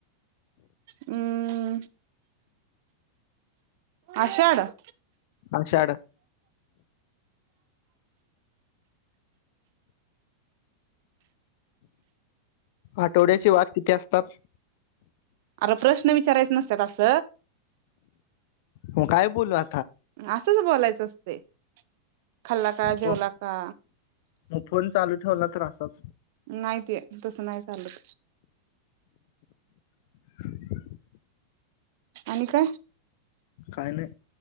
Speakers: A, on the right; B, on the left.
A: हम्म. आषाढ. <inaudible>
B: आषाढ आठवड्याचे वार किती असतात.
A: अरे प्रश्न विचारायच नसतात अस.
B: मग काय बोलू, आ
A: असंच बोलायचं असतय. <inaudible> खाल्ला का, जेवला
B: मग
A: का.
B: मग फोन चालू ठेवला तर असाच.
A: नाही ते तसं नाही चालत.
B: <inaudible>
A: आणि काय.
B: काय नाही.